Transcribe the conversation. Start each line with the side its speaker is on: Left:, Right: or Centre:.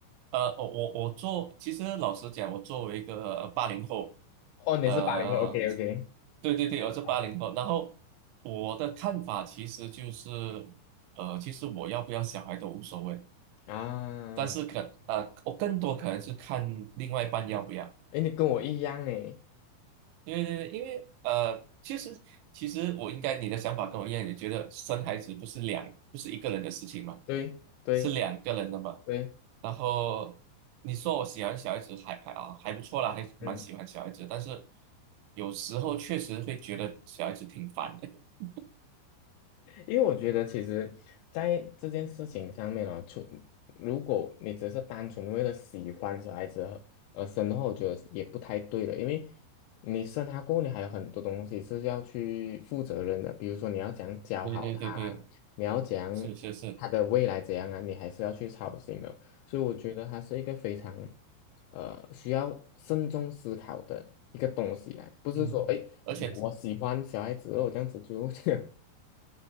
Right: 呃，我我我做，其实老实讲，我作为一个八零后，
Left: 哦，你是八零后，OK
Right: 呃，
Left: OK，
Right: 对对对，我是八零后，
Left: 好
Right: 然后我的看法其实就是，呃，其实我要不要小孩都无所谓，
Left: 啊，
Right: 但是可呃，我更多可能是看另外一半要不要。
Left: 诶，你跟我一样诶，
Right: 对对对，因为呃，其实其实我应该你的想法跟我一样，你觉得生孩子不是两不是一个人的事情嘛，
Left: 对对
Right: 是两个人的嘛。
Left: 对，
Right: 然后你说我喜欢小孩子还还啊还不错啦，还蛮喜欢小孩子，
Left: 嗯。
Right: 但是有时候确实会觉得小孩子挺烦的。<laughs>
Left: 因为我觉得其实，在这件事情上面啊，除如果你只是单纯为了喜欢小孩子而而生的话，我觉得也不太对了。因为你生他过后，你还有很多东西是要去负责任的，比如说你要怎样教好他啊你要怎样他的未来怎样啊，
Right: 对对对对，是是是，
Left: 你还是要去操心的。所以我觉得他是一个非常呃需要慎重思考的一个东西来，不是说哎
Right: 嗯，而且
Left: 我喜欢小孩子哦，我这样子就 <laughs>